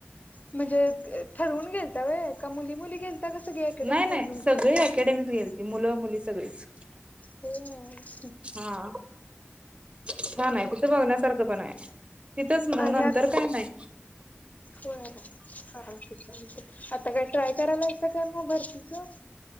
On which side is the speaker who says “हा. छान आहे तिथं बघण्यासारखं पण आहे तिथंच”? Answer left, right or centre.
Right